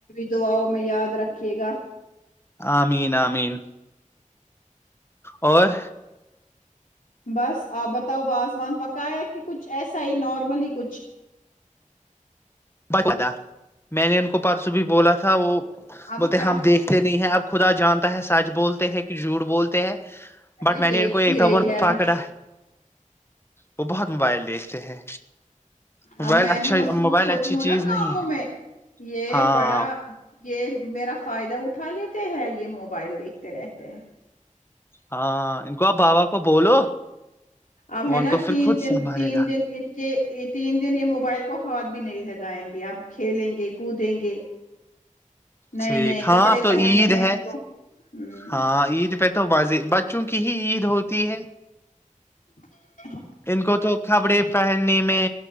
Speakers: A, on the left; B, on the left.
A: دعاؤں ہمیں یاد رکھیے گا
B: آمین آمین اور
A: بس آپ بتاؤ بازوان پکایا کہ کچھ ایسا ہی نارملی کچھ
B: بچا میں نے ان کو پرسوں بھی بولا تھا وہ
A: اب
B: بولتے
A: کیا
B: ہم دیکھتے نہیں ہیں اب خدا جانتا ہے سچ بولتے ہیں کہ جھوٹ بولتے ہیں
A: ارے
B: بٹ میں
A: دیکھ
B: نے ان کو ایک
A: ہی
B: دم
A: رہی
B: اور
A: ہے ابھی
B: پکڑا وہ بہت موبائل دیکھتے ہیں موبائل
A: اب میں
B: اچھا
A: بھی مصروف
B: موبائل
A: ہوتی
B: اچھی
A: ہوں نا
B: چیز
A: کاموں
B: نہیں ہے
A: میں یہ
B: ہاں
A: بڑا یہ میرا فائدہ اٹھا لیتے ہیں یہ موبائل دیکھتے رہتے ہیں
B: ہاں ان کو آپ بابا کو بولو
A: اب
B: وہ
A: ہے
B: ان
A: نا
B: کو پھر
A: تین
B: خود
A: دن
B: سنبھالے
A: تین
B: گا
A: دن ان کے تین دن یہ م بائ کو ہاتھ بھی نہیں لگائیں گے اب کھیلیں گے کودیں گے نئے
B: ٹھیک
A: نئے
B: ہاں
A: کپڑے
B: اب تو
A: پہننے
B: عید
A: ہیں
B: ہے
A: ان کو ہ
B: ہاں عید پہ تو وض ب چونکہ ہی عید ہوتی ہے
A: <inaudible>
B: ان کو تو کبڑے پہننے میں